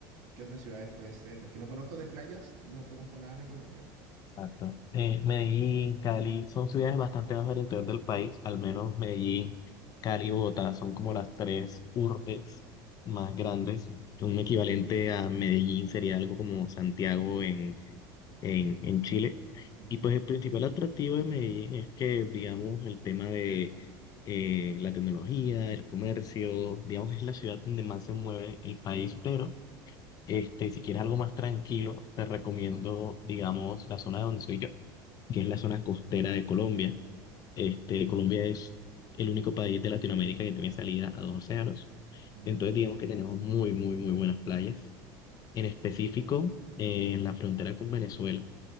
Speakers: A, on the right; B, on the left.
A: ¿qué otras ciudades puede ser? Es que no conozco de playas, no conozco nada de Colombia.
B: Exacto. Eh, Medellín, Cali, son ciudades bastante más del interior del país, al menos Medellín, Cali y Bogotá son como las tres urbes más grandes. Un equivalente a Medellín sería algo como Santiago en, en, en Chile.
A: Ujú.
B: Y pues el principal atractivo de Medellín es que, digamos, el tema de eh, la tecnología, el comercio, digamos, es la ciudad donde más se mueve el país, pero este, si quieres algo más tranquilo, te recomiendo, digamos, la zona de donde soy yo que es la zona costera de Colombia. Este, Colombia es el único país de Latinoamérica que tiene salida a dos océanos.
A: Mm,
B: Entonces, digamos que tenemos muy, muy, muy buenas playas. En específico, eh, en la frontera con Venezuela,